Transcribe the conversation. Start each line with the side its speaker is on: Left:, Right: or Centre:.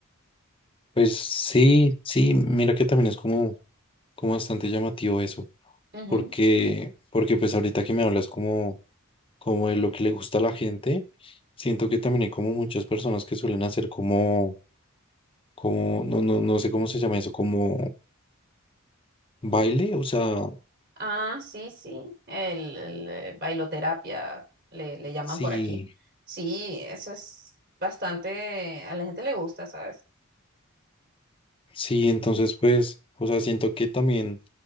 Left: Pues sí, sí, mira que también es como, como bastante llamativo eso.
Right: Ujú.
Left: porque, porque pues ahorita que me hablas como, como de lo que le gusta a la gente, siento que también hay como muchas personas que suelen hacer como, como, no, no, no sé cómo se llama eso, como baile, o sea,
Right: Ah, sí, sí, el, el, eh, bailoterapia le, le llaman
Left: sí,
Right: por aquí. Sí, eso es bastante, a la gente le gusta, ¿sabes?
Left: sí, entonces pues, o sea, siento que también,